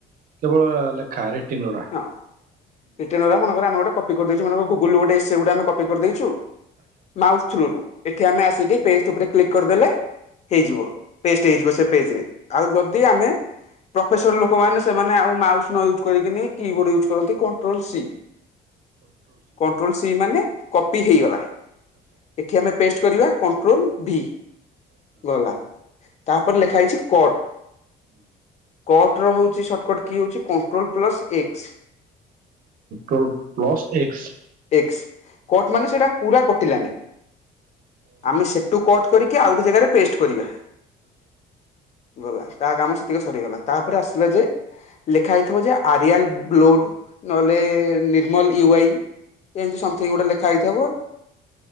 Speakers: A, on the right; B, on the left.
A: କେବଳ ଲେଖା ରିଟିନ୍ ଗୁରା?
B: ହଁ ରିଟିନ୍ ଗୁରା ମନେକର ଆମେ ଗୋଟେ କପି କରିଦେଇଚୁ ମନେକର ଗୁଗୁଲରୁ ଗୋଟେ ଏସେ ଗୋଟେ ଆମେ କପି କରିଦେଇଚୁ। ମାଉସ୍ ଥ୍ରୁ ରୁ ଏଠି ଆମେ ଆସିକି ପେଷ୍ଟ୍ ଉପରେ କ୍ଲିକ୍ କରିଦେଲେ ହେଇଯିବ। ପେଷ୍ଟ୍ ହେଇଯିବ ସେ ପେଜରେ। ଆଉ ଯଦି ଆମେ ପ୍ରଫେସର ଲୋକମାନେ ସେମାନେ ଆଉ ମାଉସ୍ ନ ୟୁଜ୍ କରିକିନି କି ବୋର୍ଡ ୟୁଜ୍ କରନ୍ତି କଣ୍ଟ୍ରୋଲ ସି। କଣ୍ଟ୍ରୋଲ ସି ମାନେ କପି ହେଇଗଲା। ଏଠି ଆମେ ପେଷ୍ଟ୍ କରିବା କଣ୍ଟ୍ରୋଲ ଭି ଗଲା। ତା ପରେ ଲେଖା ହେଇଛି କଟ୍। କଟ୍ ର ହଉଚି ସର୍ଟକଟ କି ହଉଚି control plus X.
A: Control plus X.
B: X cut ମାନେ ସେଟା ପୁରା କଟିଲାନି। ଆମେ ସେଠୁ କଟ୍ କରିକି ଆଉ ଗୋଟେ ଜାଗାରେ ପେଷ୍ଟ୍ କରିବା। ଗଲା ତା କାମ ସେତିକ ସରିଗଲା। ତା ପରେ ଆସିଲା ଯେ ଲେଖା ହେଇଥିବ ଯେ ଆରିଆଲ୍ ବ୍ଲୋଡ ନହେଲେ ନିର୍ମଲ ୟୁ ଆଇ ଏମିତି ସମଥିଙ୍ଗ ଗୋଟେ ଲେଖା ହେଇଥିବ।